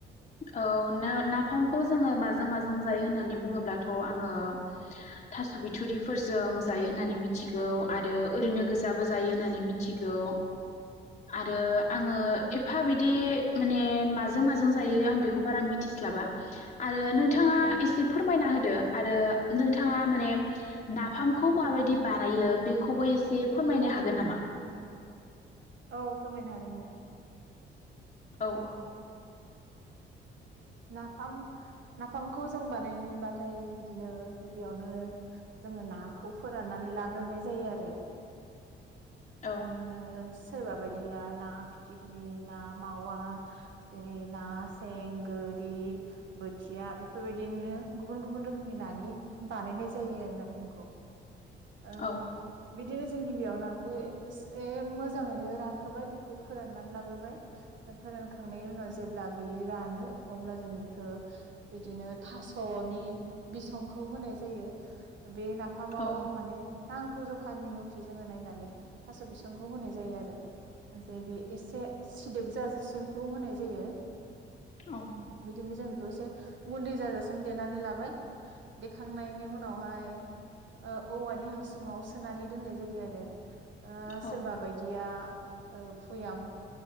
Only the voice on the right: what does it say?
औ
औ फोरमायनो हागोन नोंथां।
नाफाम नाफामखौ जों बानायनोबाथाय बिदिनो गिबियावनो जोङो नाखौ फोराननानै लाग्रोनाय जायो आरो।
बिदिनो सोरबा बायदिया ना फिथिख्रि ना मावा जेरै ना सें गोरि बोथिया बेफोरबायदिनो गुबुन गुबुन रोखोम नि नानि बानायनाय जायो आरो नाफामखौ। ओं
बिदिनो जों गिबियाव नाखौ एसे मोजाङैनो रानहोबाय बेखौ फोरनानै लाग्रोबाय फोर रान खांनायनि उनाव जेब्ला रानो अब्ला जों बेखौ बिदिनो थास'नि बिसंखौ होनाय जायो। बे नाफामाव
माने नांगौ जखानि मुरथि जोङो नायनानै थास' बिसंखौ होनाय जायो आरो। जे बे एसे सिदोब जाजोसिमखौ होनाय जायो।
बिदिनो जों बेखौ एसे गुन्दै जाजासिम देनानै लाबाय देखांनायनि उनावहाय ओ औवानि हासुङाव सोनानै दोननाय जायो आरो।
सोरबा बायदिया ओ भयाम